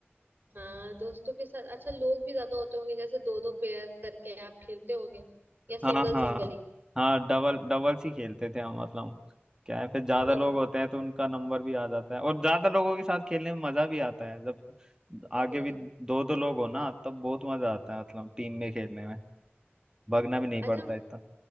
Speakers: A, on the right; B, on the right.
A: हाँ दोस्तों के साथ अच्छा लोग भी ज्यादा होते होंगे जैसे दो दो पेयर करके आप खेलते होगे या सिंगल
B: हाँ हाँ
A: सिंगल ही
B: हाँ डबल डबल्स ही खेलते थे हम मतलब क्या है फिर ज्यादा
A: मजा
B: लोग होते हैं तो उनका नंबर भी आ जाता है और ज्यादा लोगों के साथ खेलने में मजा भी आता है जब आगे
A: वो तो
B: भी
A: है
B: दो दो लोग हो ना तब बहुत मजा आता है मतलब टीम में खेलने में भागना भी नहीं
A: अच्छा
B: पड़ता इतना